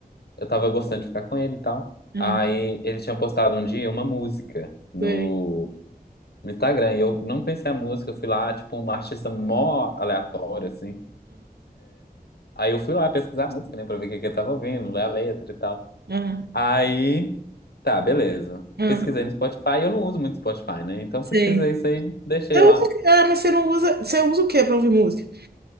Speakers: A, on the left (about 85°); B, on the right (about 80°).
A: Eu tava gostando de ficar com ele e tal.
B: ah,
A: Aí ele tinha postado um dia uma música no
B: sei.
A: no Instagram. E eu não conhecia a música, eu fui lá, tipo, uma artista mó aleatória, assim. Aí eu fui lá pesquisar a música, né, pra ver o que que eu tava ouvindo, ler a letra e tal.
B: Ah,
A: Aí, tá, beleza.
B: ah,
A: Pesquisei no Spotify, eu não uso muito Spotify, né? Então
B: sei.
A: pesquisei isso aí, deixei
B: Eu
A: lá.
B: uso, ah, mas você não usa. Você usa o quê pra ouvir música?